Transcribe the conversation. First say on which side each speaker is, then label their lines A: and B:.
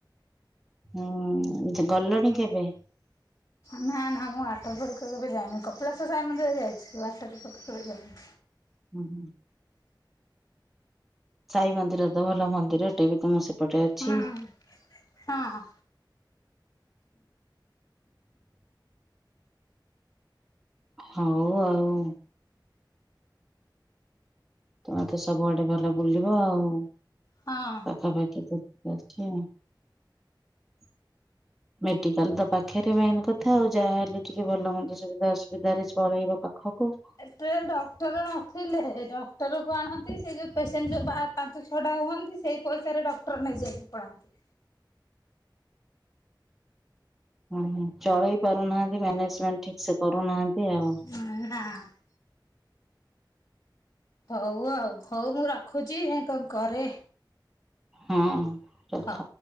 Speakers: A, in the centre; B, on the left.
A: ହୁଁ ଗଲଣି କେବେ?
B: ନା ନା ମୁଁ ୱାଟର ପାର୍କ କେବେ ଯାଇନି, କପିଳାସ ସାଇ ମନ୍ଦିର ଯାଇଚି ୱାଟର ପାର୍କ କେବେ ଯାଇନି।
A: ହୁଁ ହୁଁ। ସାଇ ମନ୍ଦିର ତ ଭଲ ମନ୍ଦିର ଏଟେ ବି ତମ ସେପଟେ ଅଛି।
B: ହୁଁ ହଁ।
A: ହୋଉ ଆଉ। ତମେ ତ ସବୁଆଡେ ଭଲ ବୁଲିବ ଆଉ।
B: ହଁ।
A: ଖବାର କି ପଛ <unintelligible> ମେଡିକାଲ ତ ପାଖରେ ମେନ୍ କଥା ଆଉ ଯାହାହଲେ ଟିକେ ଭଲ ମନ୍ଦ ସୁବିଧା ଅସୁବିଧାରେରେ ଚଳେଇବ ପାଖ ଖ <unintelligible>
B: ଏଥିର ଡକ୍ଟର ନଥିଲେ ଡକ୍ଟରକୁ ଆଣନ୍ତି ସେ ଯେଉଁ ପେସେଣ୍ଟ ବା ପାଞ୍ଚ ଛଟା ହୁଅନ୍ତି ସେଇ ପଇସାରେ ଡକ୍ଟର ନେଇଯାଆନ୍ତି।
A: ଓ ଚଳେଇ ପାରୁନାହାନ୍ତି ମ୍ୟାନେଜମେଣ୍ଟ ଠିକ ସେ କରୁନାହାନ୍ତି ଆଉ।
B: ହଁ ହଁ ନା। ହଉ ଆଉ ହଉ ମୁଁ ରଖୁଛି <unintelligible> କରେ
A: ହଁ ରଖ।
B: ହଉ।